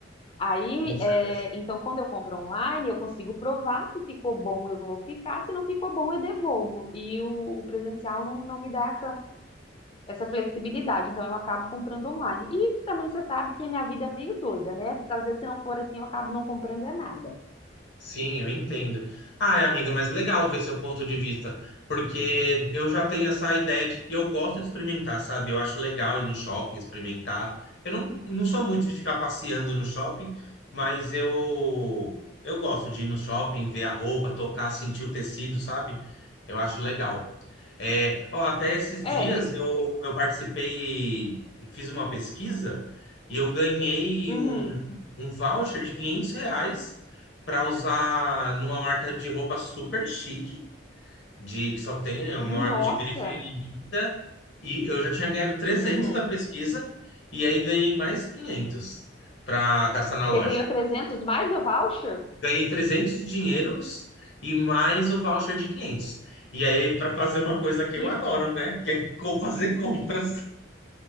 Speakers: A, on the left; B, on the left.
A: Aí,
B: com certeza.
A: é, então, quando eu compro online, eu consigo provar se ficou bom, eu vou ficar, se não ficou bom, eu devolvo. E o, o presencial não, não me dá essa, essa flexibilidade, então eu acabo comprando online. E também você sabe que a minha vida é meio doida, né? Às vezes, se não for assim, eu acabo não comprando é nada.
B: Sim, eu entendo. Ai, amiga, mas legal ver seu ponto de vista, porque eu já tenho essa ideia de que eu gosto de experimentar, sabe? Eu acho legal ir no shopping, experimentar. Eu não, não sou muito de ficar passeando no shopping, mas eu, eu gosto de ir no shopping, ver a roupa, tocar, sentir o tecido, sabe? Eu acho legal. É, ó, até esses
A: É,
B: dias
A: é,
B: eu, eu participei, fiz uma pesquisa e eu ganhei
A: uhum.
B: um, um voucher de 500 reais para usar numa marca de roupa super chique, de que só tem é uma
A: Nossa,
B: marca de grife linda, e eu já tinha ganhado trezentos
A: uhum.
B: da pesquisa, e aí ganhei mais 500 para gastar na
A: Você
B: loja.
A: ganhou 300 mais do voucher?
B: Ganhei 300 de dinheiros e mais o voucher de quinhentos E aí, para fazer uma coisa que
A: Que,
B: eu adoro, né? Que é co- fazer compras.